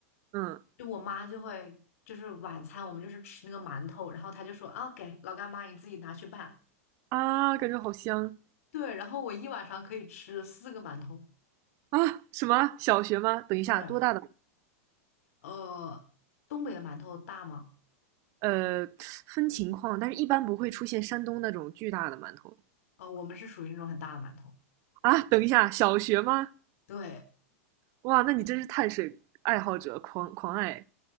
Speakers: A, on the right; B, on the left.
A: 嗯
B: 就我妈就会就是晚餐我们就是吃那个馒头，然后她就说啊给老干妈你自己拿去拌。
A: 啊，感觉好香
B: 对，然后我一晚上可以吃四个馒头。
A: 啊！什么小学吗？等一下，
B: 对，
A: 多大的？
B: 呃，东北的馒头大吗？
A: 呃，分情况，但是一般不会出现山东那种巨大的馒头
B: 呃，我们是属于那种很大的馒头。
A: 啊。等一下，小学吗？
B: 对，
A: 哇，那你真是碳水爱好者，狂狂爱